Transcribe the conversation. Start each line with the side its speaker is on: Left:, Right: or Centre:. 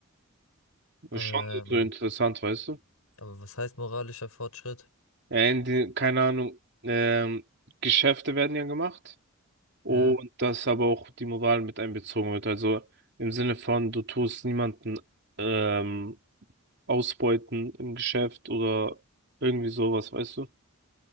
Left: Ähm,
Right: Ist schon so interessant, weißt du?
Left: aber was heißt moralischer Fortschritt?
Right: Ja, in die, keine Ahnung, ähm, Geschäfte werden ja gemacht und
Left: Ja,
Right: dass aber auch die Moral mit einbezogen wird. Also im Sinne von, du tust niemanden ähm, ausbeuten im Geschäft oder irgendwie sowas, weißt du?